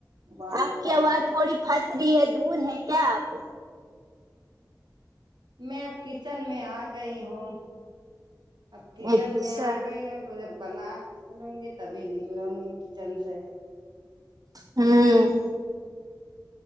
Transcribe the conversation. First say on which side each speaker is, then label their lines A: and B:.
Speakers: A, on the right; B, on the right.
A: ابال
B: آپ
A: کے
B: کی
A: رکھ
B: آواز
A: دو
B: تھوڑی ہنس رہی ہے دور ہیں کیا آپ
A: میں اب کچن میں آ گئی ہوں اب کچن
B: اچھا
A: میں آ گئی ہو تو جب بنا لوں گی تبھی نکلوں گی کچن سے
B: ہوں